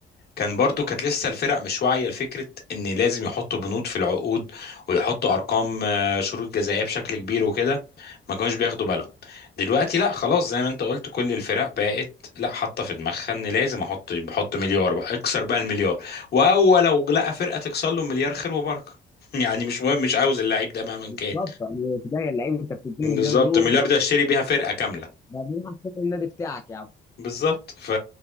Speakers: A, on the left; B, on the left.
A: كان برضو كانت لسه الفرق مش واعية لفكرة ان لازم يحطوا بنود في العقود ويحطوا ارقام آه، شروط جزائية بشكل كبير وكده ما كانوش بياخدوا بالهم دلوقتي لا خلاص زي ما انت قلت كل الفرق بقت لا حاطة في دماغها ان لازم احط بحط مليار بقى اكسر بقى المليار واول لو لقى فرقة تكسر له مليار خير وبركة <laughs> يعني مش مهم مش عاوز اللعيب ده مهما
B: بالظبط
A: كان
B: يعني في ده اللعيب انت بتديني
A: بالظبط
B: مليار يورو
A: مليار
B: ده
A: ده اشتري بيها فرقة كاملة
B: بعدين عشان النادي بتاعك يا عم
A: بالظبط ف...